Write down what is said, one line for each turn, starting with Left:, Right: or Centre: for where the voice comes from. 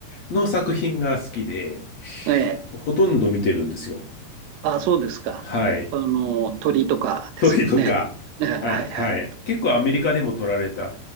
Left: の作品が好きで、
Right: ええ、
Left: ほとんど見てるんですよ。
Right: ああ、そうですか。
Left: はい。
Right: あの、鳥とかですよね。
Left: トリとか、
Right: ええ、
Left: あ、
Right: はいはい。
Left: はい。結構アメリカでも撮られた